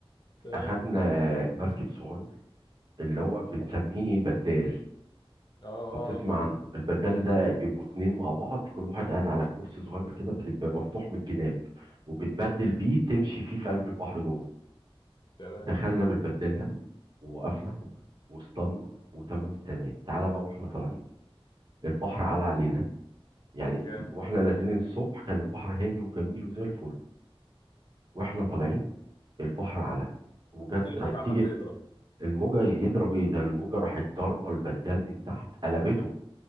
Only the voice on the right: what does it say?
اخدنا مركب صغير اللي هو
بنسميه بدال
لو تسمع عنه البدال ده
بيبقوا اتنين مع بعض كل واحد قاعد على كرسي صغير كده بتبقى مفتوح من الجناب وبتبدل
بيه تمشي فيه في قلب البحر جوه
دخلنا
بالبدال ده ووقفنا واصطادنا وتمام التمام تعالى بقى واحنا طالعين البحر على علينا يعني
واحنا نازلين الصبح كان البحر هادي وجميل وزي الفل واحنا طالعين البحر على وجت
راح تيجي
الموجه يضرب ايه ده الموجه راحت ضاربه البدال من تحت قلبته